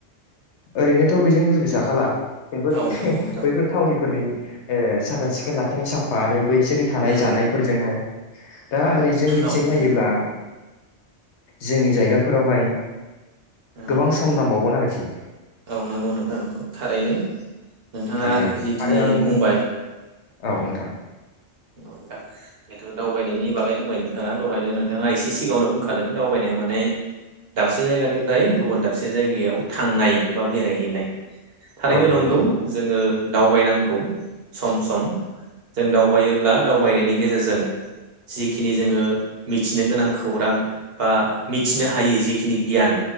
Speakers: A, on the left; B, on the right.
A: ओरैनोथ बैजों रुजुजाखाला बेफोर
B: औ नंगौ नोंथां
A: बैफोर थावनिफोरनि। ए साखोन सिखोन लाखिनाय साफा आरो बै बिसोरनि
B: उम
A: थानाय जानायफोरजोंहाय <inaudible> दा ओरै जोंनिथिं
B: औ उम
A: नायोब्ला जोंनि बिगाफोरावहाय
B: उम
A: गोबां सम नांबावगोन आरोखि। <inaudible>
B: औ नोंगौ नोंथां नोंगौ। थारैनो नोंथाङा
A: थारैनो
B: जिखिनि
A: आरो आङो
B: बुंबाय
A: औ नोंथां
B: नोंगौ नोंथां जिहेतु दावबायनायनि बागै बुंबाय नोंथाङा दहायनो नोंथाङा एसे सिगाङावनो बुंखादों दावबायनाया माने दाबसे जायगानिफ्राय गुबुन दाबसे जायगायाव थांनाय बा बेरायहैनाय। थारैनो
A: औ
B: नंगौ
A: नोंथां
B: जोङो दावबायनांगौ सम सम जों दावबायो ब्ला दावबायनायनि गेजेरजों जिखिनि जोङो मिथिनो गोनां खौरां बा मिथिनो हायि जिखिनि गियान